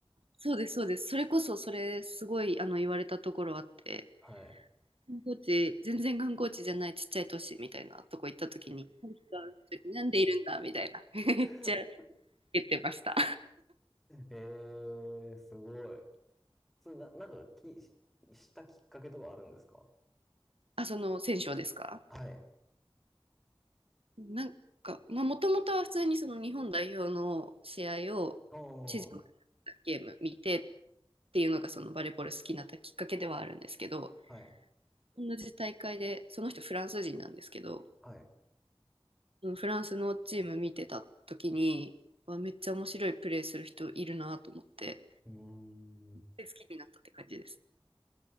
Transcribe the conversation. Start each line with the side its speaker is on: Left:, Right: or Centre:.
Right: そうです、そうです。それこそそれすごいあの言われたところあって、
Centre: はい。
Right: 観光地、全然観光地じゃないちっちゃい都市みたいなとこ行った時に、この人はなんでいるんだみたいな、<laughs> めっちゃ
Centre: <laughs>
Right: 言ってました。
Centre: ええすごい。それな、なんかき、したきっかけとかあるんですか
Right: あ、その選手ですか
Centre: はい。
Right: なんか、まあ、もともとは普通にその日本代表の試合を地上波で
Centre: おー、
Right: ゲーム見てっていうのがそのバレーボール好きになったきっかけではあるんですけど、
Centre: はい、
Right: 同じ大会で、その人フランス人なんですけど、
Centre: はい。
Right: フランスのチーム見てた時に、わめっちゃ面白いプレーする人いるなと思って、
Centre: うーん、
Right: 好きになったって感じです。